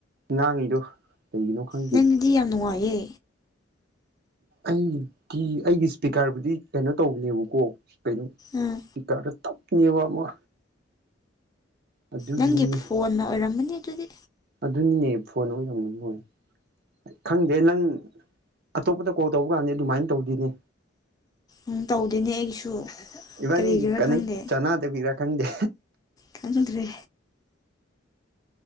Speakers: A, on the right; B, on the left.
A: ꯉꯥꯡꯉꯤꯗꯣ ꯀꯩꯒꯤꯅꯣ ꯈꯪꯗꯦ
B: ꯅꯪꯗꯤ ꯌꯥꯝ ꯅꯨꯡꯉꯥꯏꯌꯦ
A: ꯑꯩꯒꯤ ꯑꯩꯒꯤ ꯏꯁꯄꯤꯀꯔꯕꯨꯗꯤ ꯀꯩꯅꯣ ꯇꯧꯕꯅꯦꯕꯀꯣ ꯀꯩꯅꯣ
B: ꯑꯥ
A: ꯇꯤꯀꯥꯗꯣ ꯇꯞꯅꯦꯕ ꯑꯃ ꯑꯗꯨꯒꯤꯅꯤꯅꯦ
B: ꯅꯪꯒꯤ ꯐꯣꯟꯅ ꯑꯣꯏꯔꯝꯕꯅꯤ ꯑꯗꯨꯗꯤ
A: ꯑꯗꯨꯅꯤꯅꯦ ꯐꯣꯟ ꯑꯣꯏꯔꯝꯒꯅꯤ ꯍꯣꯏ ꯈꯪꯗꯦ ꯅꯪ ꯑꯇꯣꯞꯄꯗ ꯀꯣꯜ ꯇꯧꯕ ꯀꯥꯟꯗꯤ ꯑꯗꯨꯃꯥꯏꯅ ꯇꯧꯗꯣꯏꯅꯦ
B: ꯎꯝ ꯇꯧꯗꯦꯅꯦ ꯑꯩꯒꯤꯁꯨ
A: ꯏꯕꯥꯅꯤꯒꯤ
B: ꯀꯔꯤꯒꯤꯔꯥ
A: ꯀꯅꯦꯛ
B: ꯈꯪꯗꯦ
A: ꯆꯥꯟꯅꯗꯕꯤꯔꯥ ꯈꯪꯗꯦ
B: ꯀꯗꯔꯦ